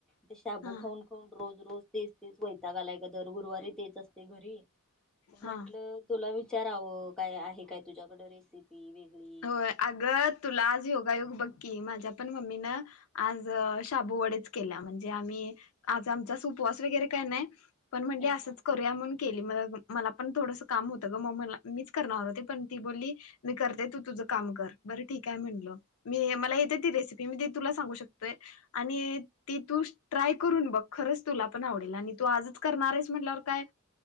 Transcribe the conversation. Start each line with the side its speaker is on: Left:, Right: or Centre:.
Centre: ते शाबू
Left: हा
Centre: खाऊन खाऊन रोज रोज तेच तेच वैताग आलाय गं दर गुरुवारी तेच असतंय घरी मग
Left: हा
Centre: म्हंटलं तुला वि चारावं काय आहे काय तुझ्याकडे रेसिपी वेगळी
Left: होय अगं तुला आज योगायोग बघ की माझ्या पण मम्मीनं आज शाबू वडेच केल्या म्हणजे आम्ही आज आमचा उपवास वगैरे काय नाय. पण म्हणली
Centre: ह
Left: असंच
Centre: हा
Left: करूया म्हणून केली मग मला पण थोडंसं काम होतं ग म मला मीच करणार होते पण ती बोलली मी करते तू तुझं काम कर बरं ठीक हाय म्हणलं मी मला येत्या ती रेसिपी मी ती तुला सांगू शकतोय आणि ती तू ट्राय करून बघ खरंच तुला पण आवडेल आणि तू आजचं कर णारयेस म्हंटल्यावर काय